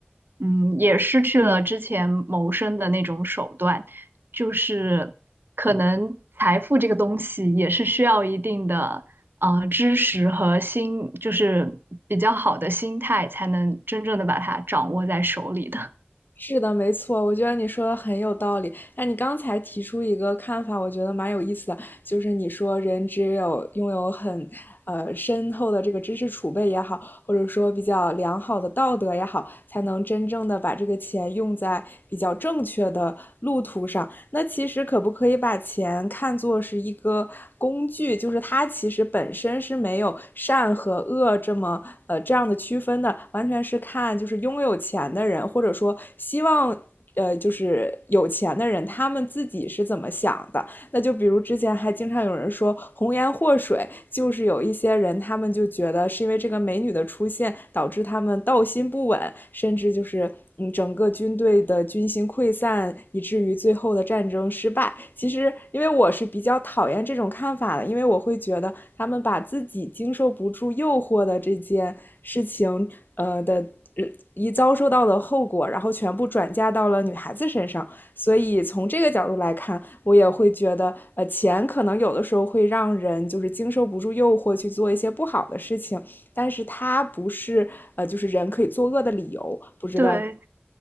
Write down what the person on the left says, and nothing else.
是的，没错，我觉得你说的很有道理。那你刚才提出一个看法，我觉得蛮有意思的，就是你说人只有拥有很呃深厚的这个知识储备也好，或者说比较良好的道德也好，才能真正的把这个钱用在比较正确的路途上。那其实可不可以把钱看作是一个工具？就是它其实本身是没有善和恶这么呃这样的区分的，完全是看就是拥有钱的人，或者说希望呃就是有钱的人，他们自己是怎么想的。那就比如之前还经常有人说红颜祸水，就是有一些人他们就觉得是因为这个美女的出现导致他们道心不稳，甚至就是嗯整个军队的军心溃散，以至于最后的战争失败。其实因为我是比较讨厌这种看法的，因为我会觉得他们把自己经受不住诱惑的这件事情，呃的。呃一遭受到的后果，然后全部转嫁到了女孩子身上，所以从这个角度来看，我也会觉得，呃，钱可能有的时候会让人就是经受不住诱惑去做一些不好的事情，但是它不是呃，就是人可以作恶的理由。
不知道